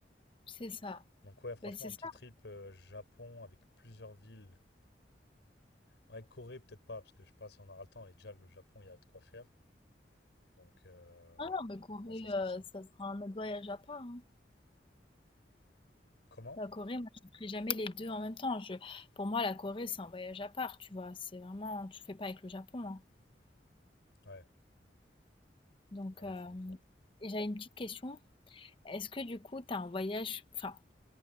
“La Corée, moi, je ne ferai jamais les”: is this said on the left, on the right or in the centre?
Left